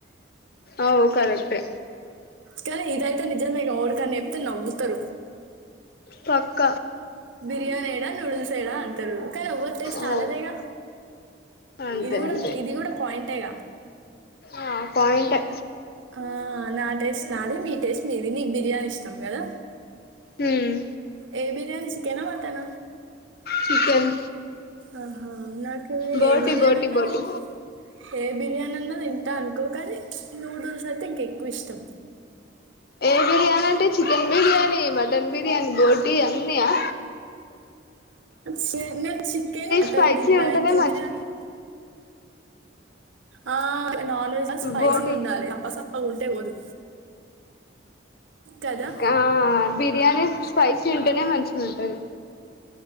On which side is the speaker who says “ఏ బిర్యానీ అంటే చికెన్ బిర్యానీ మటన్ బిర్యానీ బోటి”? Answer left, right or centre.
Left